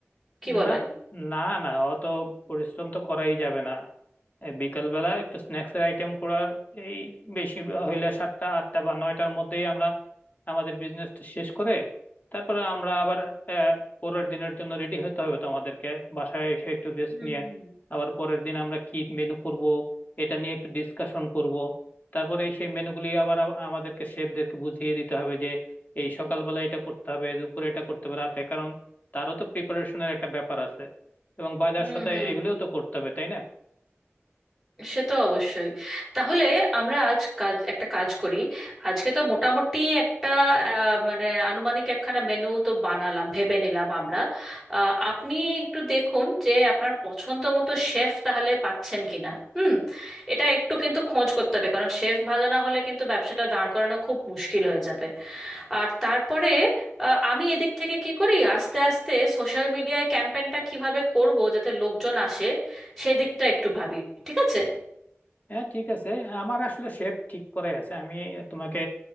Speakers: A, in the centre; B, on the left.
A: কি বলেন
B: না না না অত পরিশ্রম তো করাই যাবে না এই বিকাল বেলা একটু স্ন্যাক্স এর আইটেম করার এই বেশি হইলে সাতটা আটটা বা নয়টার মধ্যেই আমরা আমাদের বিজনেসটা শেষ করে তারপরে আমরা আবার আহ, পরের দিনের জন্য রেডি হতে হবে তোমাদেরকে বাসায় এসে একটু রেস্ট
A: হুম
B: নিয়ে
A: হুম
B: আবার পরের দিন আমরা কি মেনু করব এটা নিয়ে একটু ডিসকাশন করব তারপরে সেই মেনুগুলি আবার আ- আমাদেরকে শেফদেরকে বুঝিয়ে দিতে হবে যে এই সকালবেলা এটা করতে হবে দুপুরে এটা করতে হবে রাতে তারও তো প্রিপারেশনের একটা ব্যাপার আছে এবং বাজার
A: হুম
B: সদাই
A: হুম
B: এগুলোও
A: হুম
B: তো করতে হবে তাই না
A: সে তো অবশ্যই তাহলে আমরা আজ কাজ একটা কাজ করি আজকে তো মোটামুটি একটা আহ, মানে আনুমানিক একখানা মেনু তো বানালাম ভেবে নিলাম আমরা আহ, আপনি একটু দেখুন যে আপনার পছন্দ মতো শেফ তাহলে পাচ্ছেন কিনা হুম এটা একটু কিন্তু খোঁজ করতে হবে কারণ শেফ ভালো না হলে কিন্তু ব্যবসাটা দাঁড় করানো খুব মুশকিল হয়ে যাবে আর তারপরে আহ, আমি এদিক থেকে কি করি আস্তে আস্তে সোশ্যাল মিডিয়ায় ক্যাম্পেনটা কিভাবে করব যাতে লোকজন আসে সেদিকটা একটু ভাবি ঠিক আছে
B: হ্যাঁ ঠিক আছে আমার আসলে শেপ ঠিক করে আছে আমি তোমাকে